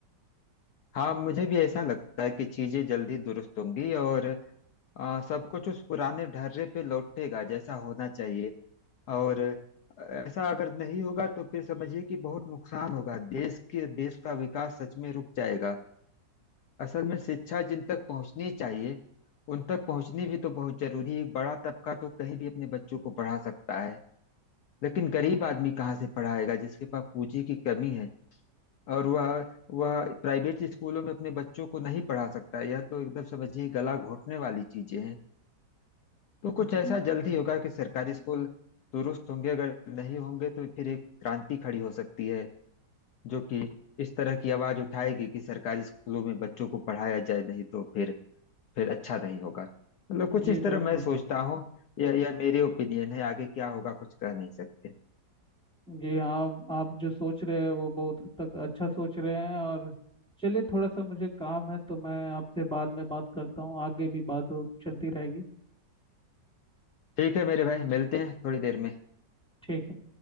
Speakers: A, on the left; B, in the centre.
A: हाँ मुझे भी ऐसा लगता है कि चीजें जल्दी दुरुस्त होंगी और आ, सब कुछ उस पुराने ढर्रे पे लौटेगा जैसा होना चाहिए और आ, ऐसा अगर नहीं होगा तो फिर समझिए कि बहुत नुकसान होगा देश के देश का विकास सच में रुक जाएगा असल में शिक्षा जिन तक पहुंचनी चाहिए उन तक पहुंचनी भी तो बहुत जरूरी है एक बड़ा तबका तो कहीं भी अपने बच्चों को पढ़ा सकता है लेकिन गरीब आदमी कहाँ से पढ़ाएगा जिसके पास पूंजी की कमी है और वह वह प्राइवेट स्कूलों में अपने बच्चों को नहीं पढ़ा सकता यह तो एकदम समझिए गला घोटने वाली चीजें हैं तो कुछ ऐसा
B: जी हम्म,
A: जल्दी होगा कि सरकारी स्कूल दुरुस्त होंगे अगर नहीं होंगे तो फिर एक क्रांति खड़ी हो सकती है जो कि इस तरह की आवाज उठाएगी कि सरकारी स्कूलों में बच्चों को पढ़ाया जाए नहीं तो फिर फिर अच्छा नहीं होगा मतलब कुछ
B: जी
A: इस तरह
B: बिल्कुल
A: मैं सोचता
B: बिल्कुल
A: हूँ यह यह मेरे ओपिनियन है आगे क्या होगा कुछ कह नहीं सकते
B: जी हाँ आप जो सोच रहे हैं वो बहुत हद तक अच्छा सोच रहे हैं और चलिए थोड़ा सा मुझे काम है तो मैं आपसे बाद में बात करता हूँ आगे भी बात हो- चलती रहेगी
A: ठीक है मेरे भाई मिलते हैं थोड़ी देर में
B: ठीक है